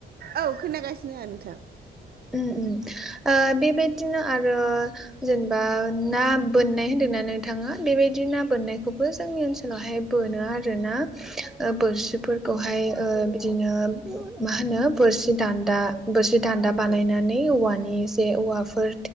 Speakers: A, on the right (about 50°); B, in the centre.
A: औ खोनागासिनो आं नोंथां।
B: उम उम ओ बेबायदिनो आरो जेनेबा ना बोननाय होन्दोंना नोंथाङा? बेबायदि ना बोननायखौबो जोंनि ओनसोलावहाय बोनो आरोना। ओ बोरसिफोरखौहाय ओ बिदिनो मा होनो बोरसि दान्दा बोरसि दा दा
A: नंगौ
B: बानायनानै औवानि जे औवाफोर